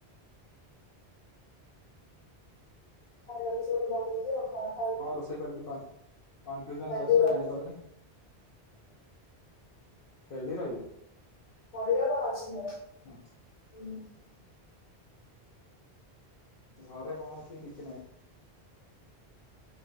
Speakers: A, on the left; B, on the left.
A: ଖାଇବା ଜିନିଷ ଗୋଟେ ବନେଇ ଦିଅ ଭ
B: କଣ ରୋଷେଇ କରିବି କନ କନଫ୍ୟୁଜନ
A: ହେଲ୍ଦି
B: ଅଛି
A: ର
B: ବା ଜାଣି ପାରୁନି। ହେଲ୍ଦୀ ରହିବି।
A: ପରିବା କଣ ଅଛି ଘରେ।
B: ହୁଁ।
A: <unintelligible>
B: ଘରେ କଣ ଅଛି କିଛି ନାଇଁ।